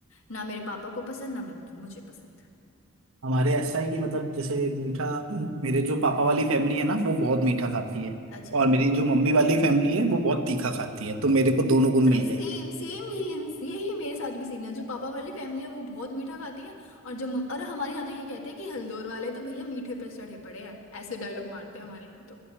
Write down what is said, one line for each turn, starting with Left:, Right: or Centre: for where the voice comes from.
Left: ना मेरे पापा को पसंद ना मैं मुझे पसंद
Right: हमारे ऐसा है कि मतलब जैसे मीठा मेरे जो पापा वाली फैमिली है ना वो बहुत मीठा खाती है
Left: अच्छा
Right: और
Left: अच्छा
Right: मेरी जो मम्मी वाली फैमिली है वो बहुत तीखा खाती है तो मेरे को दोनों गुण
Left: अरे
Right: मिल
Left: सेम
Right: गए
Left: सेम यही यही मेरे साथ भी सीन है जो पापा वाली फैमिली है वो बहुत मीठा खाती है और जो मम- और हमारे यहाँ तो ये कहते हैं कि हल्दोर वाले तो भैया मीठे पे चढ़े पड़े हैं ऐसे डायलॉग मारते हैं हमारे यहाँ तो